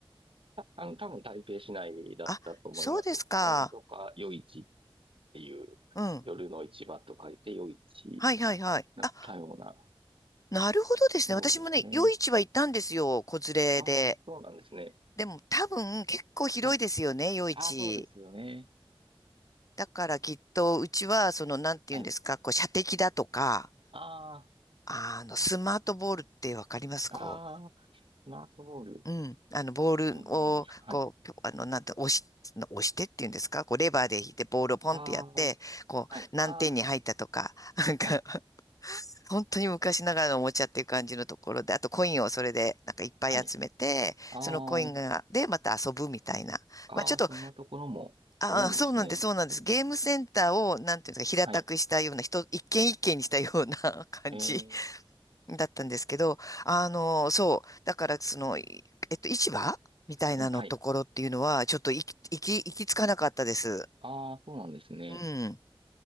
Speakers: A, on the right; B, on the left.
A: たあの、多分台北市内だったと思います。
B: あ、そうですか。
A: なんとか夜市っていう、
B: うん。
A: 夜の市場と書いて夜市
B: はいはいはい。
A: だったような。
B: あ、なるほどですね。
A: そうですね。
B: 私もね、夜市は行ったんですよ。子連れで。
A: ああ、そうなんですね。
B: でも多分結構広いですよね、
A: はい。
B: 夜市。
A: ああ、そうですよね。
B: だからきっとうちはそのなんて言うんですか、
A: はい。
B: こう射的だとか、
A: あ
B: あのスマートボールってわかりますこ
A: あ、ああ、スマートボール、
B: う、うん、あのボールをこう、
A: どんなもんですかはい。
B: あのなんて押し、押してっていうんですか、こうレバーで引いてボールをポンってやって、
A: ああ、
B: こう何点に入ったとか、
A: はい。ああ、
B: <laughs> なんか
A: はい。
B: 本当に昔ながらのおもちゃっていう感じのところで、あとコインをそれでなんかいっぱい集めて、
A: はい。ああ、
B: そのコインがでまた遊ぶみたいな。
A: ああ、
B: まあちょっと
A: そんなところもあるんですね。
B: ああ、そうなんです、そうなんです。ゲームセンターを、なんていうんですか、平たくしたような、
A: はい。
B: 人、一軒一軒にしたような <laughs> 感じ
A: えー、
B: だったんですけど、あの、そう、だから、その、いえっと、市場みたいなのところっていうのは、
A: うんはい。
B: ちょっと行き、行き、行き着かなかったです。
A: ああ、そうなんですね。
B: うん、